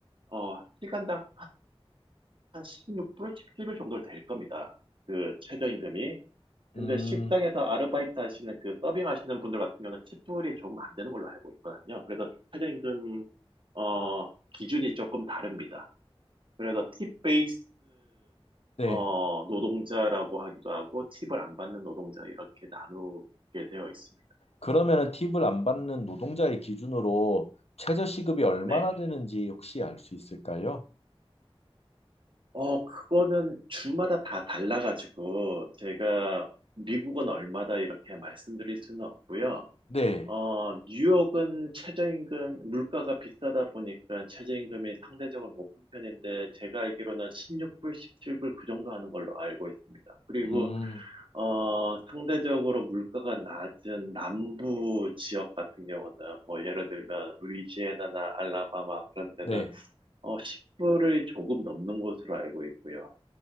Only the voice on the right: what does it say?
어, 시간당 한 16불, 17불 정도 될 겁니다. 그 최저임금이. 근데
식당에서 아르바이트 하시는 그 서빙 하시는 분들 같은 경우는 10불이 조금 안 되는 걸로 알고 있거든요. 그래서 최저임금 어 기준이 조금 다릅니다. 그래서 팁 베이스
어 노동자라고 하기도 하고 팁을 안 받는 노동자 이렇게 나누게 되어 있습니다.
네.
어 그거는 주마다 다 달라가지고 제가 미국은 얼마다 이렇게 말씀드릴 수는 없고요.
어, 뉴욕은 최저임금, 물가가 비싸다 보니까 최저임금이 상대적으로 높은 편인데, 제가 알기로는 16불, 17불 그 정도 하는 걸로 알고 있습니다. 그리고,
어, 상대적으로 물가가 낮은 남부 지역 같은 경우는, 뭐, 예를 들면, 루이지애나나 알라바마 그런 데는,
어, 10불을 조금 넘는 것으로 알고 있고요.